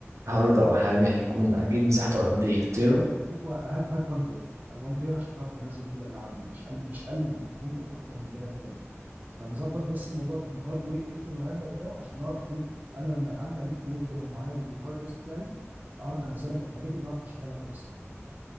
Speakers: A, on the right; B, on the right.
A: هارد او حاجة هيكون اجيب مساحته قد ايه؟ تيرا؟
B: هات و... هات هات 1 تير 1 تير عشان تعرف تنزل كل الالعاب دي مش أقل... مش اقل من كده ممكن اكتر من كده كمان فنظبط بس موضوع الهاردوير ايشو اللي عندك ده عشان نعرف ايه انا لما اعدي عليك في يوم كده ومعايا الهارد ديسك بتاعي اعرف انزلك الحاجات دي ونعرف نشغلها كويس قوي